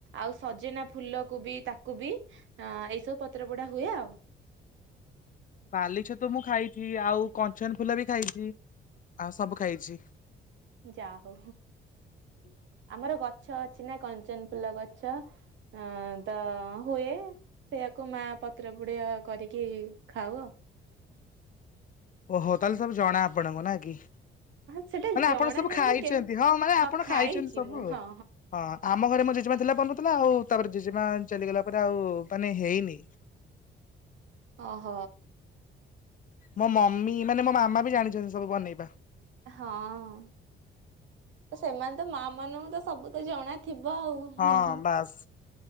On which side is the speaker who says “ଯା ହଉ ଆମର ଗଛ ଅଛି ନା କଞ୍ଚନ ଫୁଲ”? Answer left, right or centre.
Right